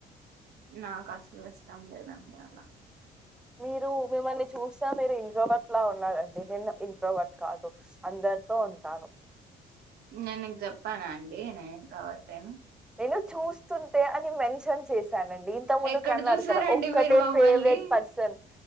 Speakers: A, on the right; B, in the centre.
A: నాకు అసలు ఇష్టం లేదండి అలా
B: మీరు మిమ్మల్ని చూసా మీరు ఇంట్రోవర్ట్ లా ఉన్నారండి. నేను ఇంట్రోవర్ట్ కాదు, అందరితో ఉంటాను,
A: నేను నీకు చెప్పాన అండి నేను ఇంట్రోవర్ట్ అని
B: నిను చూస్తుంటే అని మెన్షన్ చేసి చెప్పానండి. ఇంత ముందు
A: ఎక్కడ
B: అన్నారు
A: చూసారండి
B: కదా ఒక్కటే
A: మీరు మమ్మల్ని
B: ఫేవరెట్ పర్సన్